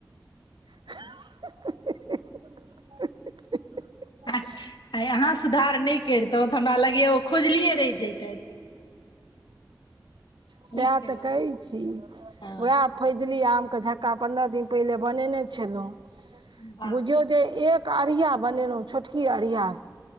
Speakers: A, on the right; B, on the left.
A: <unintelligible>
B: आइ अहाँ सुधार नहि करितहुँ त हमरा लगैया ओ खोजलिये रहि जैतै
A: सएह
B: नीक केलहुँ
A: त कहै छी
B: हँ
A: उएह फैजली आम के झक्का पन्द्रह दिन पहिले बने छलहुँ
B: वाह
A: बुझियौ जे एक अरिया बनेलहुँ छोट कि अरिया